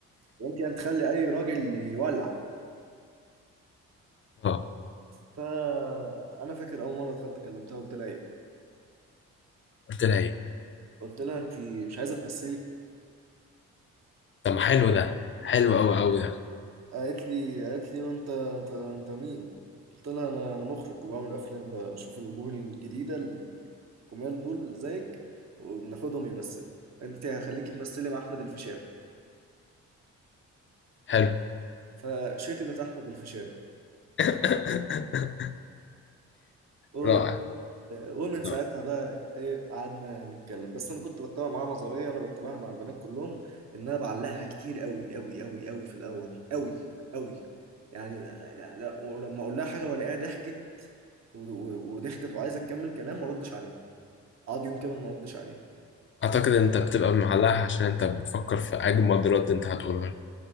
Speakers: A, on the right; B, on the left.
A: ممكن يعني تخلي أي راجل يولع
B: آه
A: فانا فاكر اول مره دخلت كلمتها قلت لها ايه
B: قلت لها إيه
A: قلت لها انت مش عايزه تمثلي
B: طب ما حلو ده حلو أوي أوي ده
A: قالت لي قالت لي وانت انت انت مين قلت لها انا انا مخرج وبعمل افلام بشوف الوجوه الجديده الجمال دول زيك وبناخدهم يمثلوا انت هخليكي تمثلي مع احمد الفيشاوي
B: حلو
A: فشتمت احمد الفيشاوي
B: <laughs>
A: و...
B: رائع
A: ومن ساعتها
B: رائع
A: بقى ايه قعدنا نتكلم بس انا كنت بتابع معاها نظريه انا بتابعها مع البنات كلهم ان انا بعلقها كتير قوي قوي قوي قوي في الاول قوي قوي يعني لا لا ولما اقول لها حاجه والاقيها ضحكت و- و- وضحكت وعايزه تكمل كلام ما اردش عليها اقعد يوم كامل ما اردش عليها
B: أعتقد إن أنت بتبقى معلقها عشان أنت بتفكر في أجمد رد أنت هتقوله إن